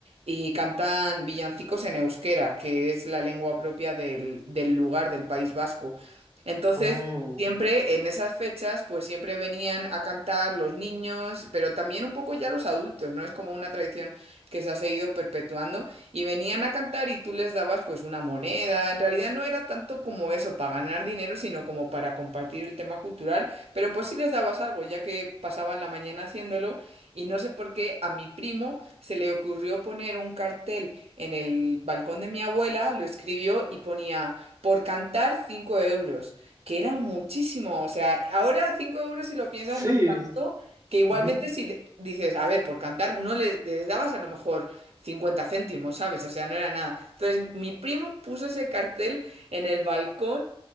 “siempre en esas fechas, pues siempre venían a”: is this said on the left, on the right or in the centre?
Right